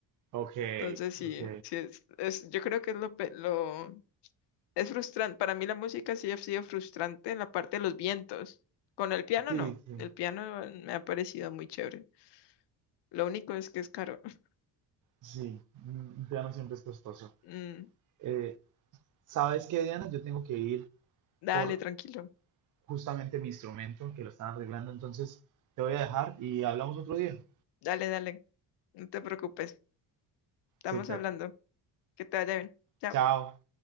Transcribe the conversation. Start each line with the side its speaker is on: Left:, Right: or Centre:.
Right: Ok,
Left: Entonces sí,
Right: ok.
Left: sí es, es- yo creo que es lo, pe- lo Es frustrante, para mí la música sí ha sido frustrante en la parte de los vientos. Con el piano
Right: Sí,
Left: no,
Right: sí,
Left: el piano me ha parecido muy chévere. Lo único es que es caro. <laughs>
Right: sí. Un un piano siempre es costoso.
Left: Mm,
Right: Eh, ¿sabes qué, Diana? Yo tengo que ir
Left: dale,
Right: por
Left: tranquilo,
Right: justamente mi instrumento que lo están arreglando, entonces te voy a dejar y hablamos otro día.
Left: dale, dale, no te preocupes, estamos
Right: Súper.
Left: hablando, que te vaya bien. Chao.
Right: Chao.